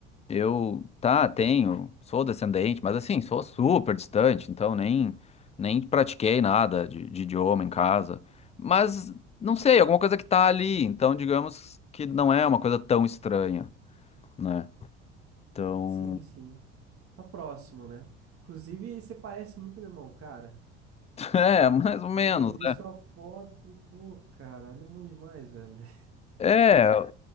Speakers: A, on the left (about 20°); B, on the right (about 40°).
A: eu, tá, tenho, sou descendente, mas assim, sou super distante, então nem, nem pratiquei nada de, de idioma em casa. Mas, não sei, alguma coisa que tá ali, então digamos que não é uma coisa tão estranha, né? Então,
B: Sim, sim. Tá próximo, né? Inclusive, você parece muito alemão, cara.
A: <laughs> é, mais ou menos,
B: Quando eu vi
A: né?
B: sua foto, eu falei, pô, cara, alemão demais, velho. <laughs>
A: É, ah,